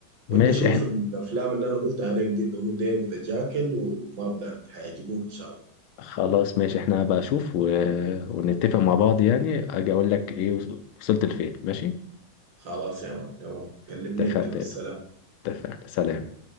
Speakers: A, on the left (about 80°); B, on the right (about 65°).
A: ماشي
B: وانت شوف
A: احنا
B: الافلام اللي انا قلتها عليك دي اللي هو ديف وتجاكل وما بلاند هيعجبوك ان شاء الله
A: خلاص ماشي احنا هبقى اشوف و... ونتفق مع بعض يعني اجي اقول لك ايه وصلت لفين ماشي
B: خلاص يا مان تمام كلمني
A: اتفقنا
B: انت بس سلام
A: اتفقنا سلام